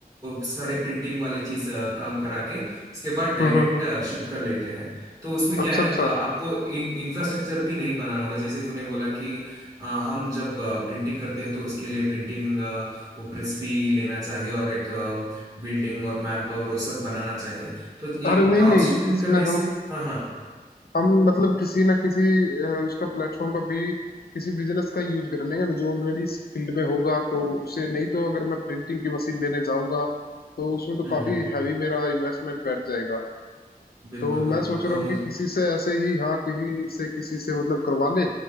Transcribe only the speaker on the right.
सारे प्रिंटिंग वाले चीज अ, काम करा के उसके बाद डायरेक्ट
शिप कर लेते हैं तो उसमें क्या
है ना
तो आपको इन इंफ्रास्ट्रक्चर भी नहीं बनाना होगा जैसे तूने बोला कि अ, हम जब प्रिंटिंग करते हैं तो उसके लिए प्रिंटिंग वो प्रेस भी लेना चाहिए और एक बिल्डिंग और मैन पावर वो सब बनाना चाहिए तो ये
ड्रॉप
शिपिंग
करने
से हाँ हाँ
हम्म
हम्म
बिल्कुल
बिल्कुल
और
मुझे